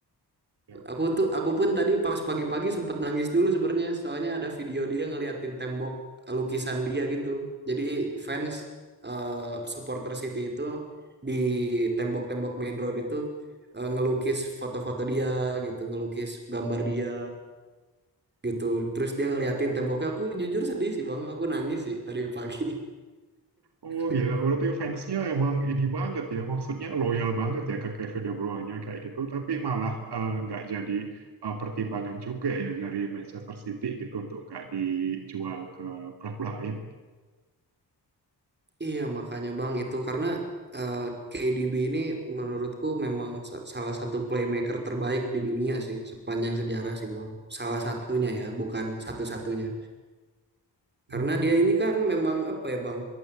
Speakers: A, on the right; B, on the right.
A: oke, oke.
B: Aku tuh aku pun tadi pas pagi-pagi sempet nangis dulu sebenarnya soalnya ada video dia ngeliatin tembok eh, lukisan dia gitu. Jadi fans eh, supporter City itu di tembok-tembok main road itu eh, ngelukis foto-foto dia gitu, ngelukis gambar dia gitu. Terus dia ngeliatin temboknya. Aku jujur sedih sih Bang, aku nangis sih tadi pagi.
A: Oh, gila.
B: <laughs>
A: Berarti fansnya emang ini banget ya. Maksudnya loyal banget ya ke Kevin De Bruyne kayak gitu. Tapi malah eh, nggak jadi eh, pertimbangan juga ya dari Manchester City gitu untuk nggak dijual ke klub <laughs> lain.
B: Iya, makanya Bang itu karena eh, KDB ini menurutku memang sa- salah satu playmaker terbaik di dunia sih sepanjang sejarah sih Bang. Salah satunya ya, bukan satu-satunya.
A: Hmm.
B: Karena
A: hmm.
B: dia ini kan memang apa ya Bang?